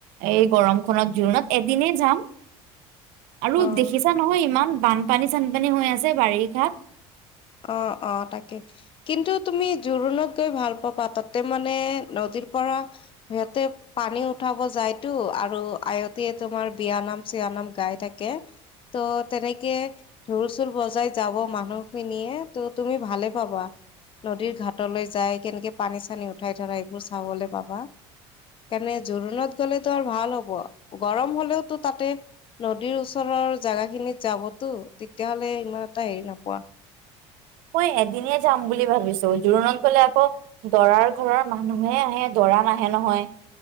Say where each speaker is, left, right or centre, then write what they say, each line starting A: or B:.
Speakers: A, on the right; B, on the left.
A: এই গৰমখনত, জোৰোণত এদিনেই যাম আৰু
B: অ'।
A: দেখিছা নহয় ইমান বানপানী-চানপানী হৈ আছে বাৰিষাত।
B: অ, অ, তাকে। কিন্তু তুমি জোৰোণত গৈ ভাল পাবা, তাতে মানে নদীৰ পৰা সিহতে পানী উঠাব যায়তো আৰু আয়তে তোমাৰ বিয়ানাম-চিয়ানাম গাই থাকে। ত', তেনেকে ঢোল-চুল বজাই যাব মানুহ গোপীনিয়ে ত, তুমি ভালে পাবা। নদীৰ ঘাটলৈ যাই, কেনেকে পানী-চানী উঠাই ধৰা, এইবোৰ চাবলৈ পাবা। কাৰণে জোৰোণত গ'লেতো আৰু ভাল হ'ব, গৰম হ'লেওতো তাতে নদীৰ ওচৰৰ জাগা খিনিত যাবটো, তেতিয়াহ'লে ইমান এটা হেৰি নোপোৱা।
A: মই এদিনে যাম বুলি ভাবিছো, জোৰোণত গ'লে আকৌ দৰাৰ ঘৰৰ মানুহে আহে, দৰা নাহে নহয়।